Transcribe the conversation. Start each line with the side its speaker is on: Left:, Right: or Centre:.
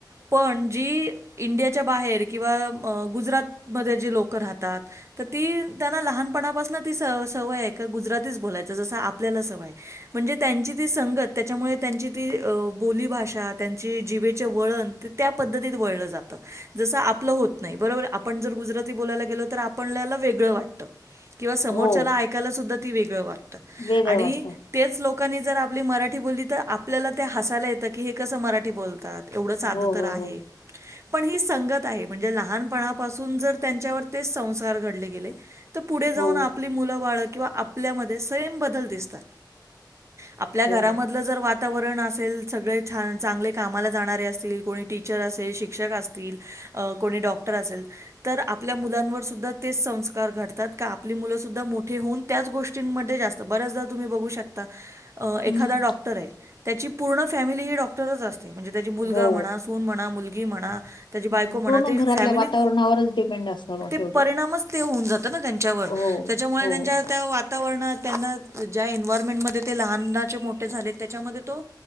Right: पण जी इंडियाच्या बाहेर, किंवा गुजरातमध्ये जी लोक राहतात तर ती त्यांना लहानपणापासून ती स सवय आहे, का गुजरातीच बोलायचं, जसं आपल्याला सवय आहे. म्हणजे त्यांची ती संगत, त्याच्यामुळे त्यांची ती बोलीभाषा त्यांचे जीभेचे वळण, ते त्या पद्धतीत वळलं जातं. जसं आपलं होत नाही, बरोबर. आपण जर गुजराती बोलायला गेलो, तर आपणला वेगळं वाटतं. किंवा समोरच्याला
Left: हो
Right: ऐकायला सुुद्धा ती वेगळं वाटतं,
Left: वेगळं
Right: आणि
Left: वाटतं
Right: तेच लोकांनी जर आपली मराठी बोलली तर, आपल्याला ते हसायला येतं की, हे कसं मराठी बोलतात. येवढ साध
Left: हो
Right: तर
Left: हो
Right: आहे.
Left: हो
Right: पण ही संगत आहे, म्हणजे लहानपणापासून जर त्यांच्यावर ते संस्कार घडले गेले. तर पुढे जाऊन
Left: हो
Right: आपली मुलं बाळ, किंवा आपल्यामध्ये सैम बदल दिसतात. आपल्या घरामधलं
Left: हो
Right: जर वातावरण असेल, सगळे छान चांगले कामाला जाणारे असतील, कोणी टीचर असेल, शिक्षक असतील अ कोणी डॉक्टर असेल, तर आपल्या मुलांवर सुद्धा तेच संस्कार घडतात. का आपली मुलं सुद्धा मोठे होऊन त्याच गोष्टींमध्ये जास्त, बऱ्याचदा तुम्ही बघू शकता एखादा
Left: हम्म.
Right: डॉक्टर आहे, त्याची पूर्ण फॅमिली ही डॉक्टरच असते, म्हणजे त्याची मुलगा
Left: हो
Right: म्हणास सुन म्हणा, मुलगी म्हणा, त्याची बायको
Left: हम्म.
Right: म्हणा,
Left: पूर्ण
Right: ते
Left: घरातल्या
Right: फॅमिलीच
Left: वातावरणावरच डिपेंड असतं बघ
Right: ते
Left: शेवटी
Right: परिणामाच ते होऊन जात ना त्यांच्यावर,
Left: हो
Right: त्याच्यामुळे
Left: हो
Right: त्यांच्या त्या वात वातावरणात, त्यांना ज्या एन्वयरमेंटमध्ये ते लहनाचे मोठे झाले, त्याच्यामध्ये तो